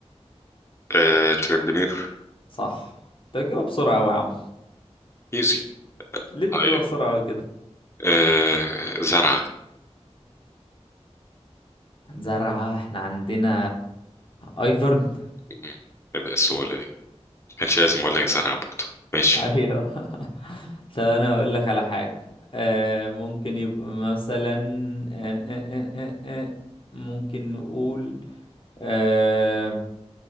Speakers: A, on the left; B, on the left.
A: أه ترندمير
B: صح انت بتجيبها بسرعة أوي يا عم
A: إيزي
B: ليه بتجيبها
A: طيب
B: بسرعة أوي
A: أه زرعة
B: عن زرعة احنا عندنا ايفرن
A: مم. إيه ده السهولة دي كانش لازم أقول لك زرعة برضه ماشي
B: ايوه <laughs> طب انا اقول لك على حاجة آه ممكن يبقى مثلا آه آه آه آه آه، ممكن نقول اه,